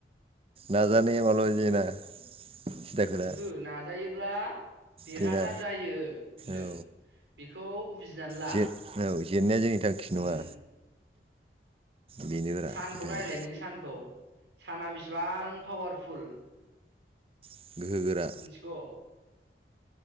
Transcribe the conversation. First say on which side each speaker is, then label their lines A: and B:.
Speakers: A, on the right; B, on the right.
A: नाजानायावबाल' जेना। सिदा खोथा
B: ओहो नाजायो ब्ला देरहासार
A: जेना
B: जायो होनदों
A: औ
B: बेखौ बुजिनानै ला
A: जे औ जेननाया जोंनि थांखि नङा
B: उम।
A: बेनोब्रा
B: सानखौ
A: खोथाया
B: नायलाय नोङो सानखौ। साना बिसिबां पावारफुल
A: गोहो
B: मिथिग'
A: गोरा